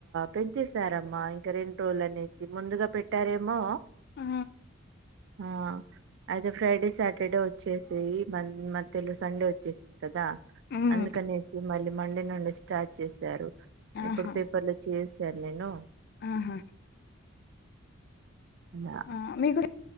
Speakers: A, on the right; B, on the left.
A: పెంచెసారమ్మా ఇంకా రెండు రోజులు అనేసి ముందుగా పెట్టారేమో
B: ఆ
A: ఆ అయితే ఫ్రైడే సాటర్డే వచ్చేసి మ మధ్యలో సండే వచ్చేసింది కదా.
B: మ్మ్
A: అందుకనేసి మళ్ళీ మండే నుండి స్టార్ట్ చేసారు.
B: ఆహా
A: ఇప్పుడు పేపర్లో చేసాను నేను.
B: ఆహా
A: అలా
B: ఆ మీకు